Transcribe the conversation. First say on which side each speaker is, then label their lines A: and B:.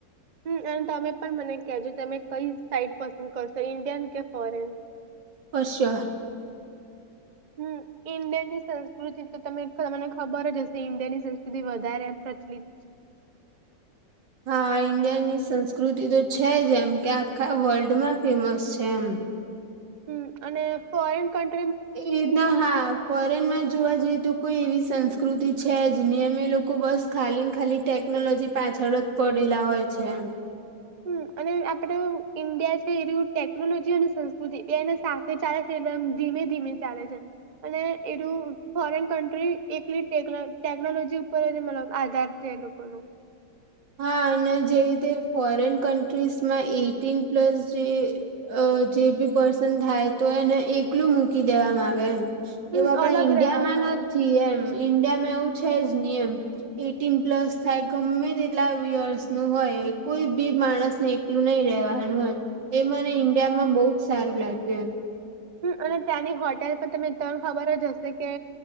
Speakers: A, on the right; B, on the right.
A: હમ અને તમે પણ મને કહેજો તમે કઈ સાઈડ પસંદ કરશો ઇન્ડિયન કે ફોરેન
B: સોયર
A: હમ ઈન્ડિિયાન ની સંસ્કૃતિ તો તમે મને ખબર જ હશે ઇન્ડિયા ની સંસ્કૃતિ વધારે એ સાચલી
B: હા ઈન્ડિયાની સંસ્કૃતિ તો છે જ એમ કે આખા વર્લ્ડમાં ફેમસ છે એમ
A: હ અને ફોરેણ કન્ટ્રી
B: એ ના હા ફોરેન માં જોવા જઈએ તો કોઈ એવી સંસ્કૃતિ છે જ નિ અમે લોકો બસ ખાલી ને ખાલી ટેક્ ટેકનોલોજી પાછળ જ પડેલા હોય છે એમ
A: હમ અને આપડે ઈન્ડિયા છે એ ટેકનોલોજી અને સંસ્કૃતિ બેને તે ચાલે છે એકદમ ધીમે ધીમે ચાલે છે અને એનુંુ ફોરેન કન્ટ્રી એકલી ટેકનોલોજી ઉપર મતલબ આધાર જે લોકો નું
B: હા અને જે રીતે ફોરેન કન્ટ્રીસમાં એટીન પ્લસ જે અ જે બી પર્સન થાય તો એને એકલું મૂકી દેવામાં આવે એમ
A: હમ
B: એવું આપડા
A: અલગ
B: ઈન્ડિયા
A: રહેવામાં
B: માં
A: આવે
B: નથી એમ ઈન્ડિયામાં એવું છે જ નહી એમ એટીન પ્લસ થાય ગમે તે કેટલા વયર્સ નું હોય કોઈ બી માણસને એકલું નહી રેવાનું એમ એ મને ઈન્ડિયામાં બહુ જ સારું લાગ્યું એમ
A: હમ અને ત્યાંની હોટેલ પણ તમે તણ ખબર જ હશે કે